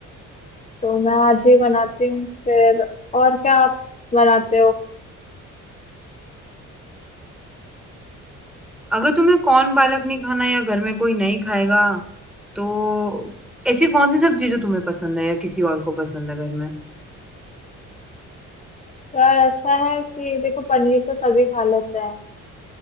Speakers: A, on the left (about 25°); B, in the centre.
A: तो मैं आज ही बनाती हूँ फिर और क्या आप बनाते हो
B: अगर तुम्हें कौन पालक नहीं खाना या घर में कोई नहीं खाएगा तो ऐसी कौन सी सब्जी जो तुम्हें पसंद है या किसी और को पसंद है घर में
A: यार ऐसा है कि देखो पनीर तो सभी खा लेते हैं